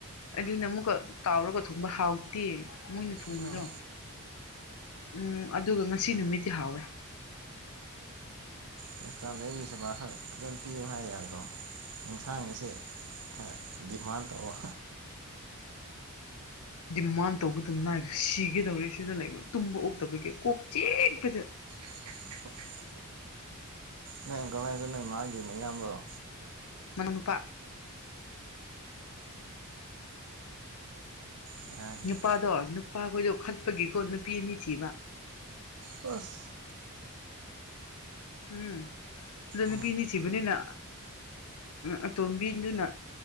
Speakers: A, on the left; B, on the right.
A: ꯑꯗꯨꯅ ꯑꯃꯨꯛꯀ ꯀꯥꯎꯔꯒ ꯊꯣꯡꯕ ꯍꯥꯎꯇꯦ ꯃꯣꯏꯅ ꯊꯣꯡꯕꯗꯣ
B: ꯎꯝ
A: ꯝ ꯎꯝ ꯑꯗꯨꯒ ꯉꯁꯤ ꯅꯨꯃꯤꯠꯇꯗꯤꯤ ꯍꯥꯎꯋꯦ
B: ꯍꯁꯇꯥꯥꯟꯗ ꯑꯩꯒꯤ ꯁꯦꯕꯥ ꯈꯛ ꯐꯖ ꯄꯤꯌꯨ ꯍꯥꯏ ꯌꯥꯗ꯭ꯔꯣ ꯌꯦꯟꯁꯥꯡ ꯑꯁꯤꯦ ꯈꯔ ꯗꯤꯃꯥꯟ ꯇꯧꯕ
A: ꯗꯤꯃꯥꯟ ꯇꯧꯕꯗꯨꯝ ꯅꯥꯏꯕ ꯁꯤꯒꯗꯧꯅꯦ ꯁꯤꯗ ꯂꯩꯕ ꯇꯨꯝꯕ ꯑꯣꯛꯇꯕꯒꯤ ꯀꯣꯛ ꯆꯦꯛꯄꯗ
B: <inaudible> ꯅ ꯑꯪꯀꯛ ꯍꯥꯏꯁꯠ ꯅ ꯃꯥꯒꯤ ꯃꯌꯥꯝꯕꯔꯣ
A: ꯃꯅꯅꯄꯥ
B: ꯕꯦꯔꯥꯅꯤꯅ
A: ꯅꯨꯄꯥꯗꯣ ꯅꯨꯄꯥꯈꯣꯏꯗꯣ ꯈꯠꯄꯒꯤꯀꯣ ꯅꯨꯄꯤ ꯑꯅꯤ ꯊꯤꯕ
B: ꯄꯁ
A: ꯎꯝ ꯑꯗ ꯅꯨꯄꯤꯅꯤꯁꯤꯕꯅꯤꯅ
B: ꯎꯝ
A: ꯎꯝ ꯇꯣꯝꯕꯤꯗꯨꯅ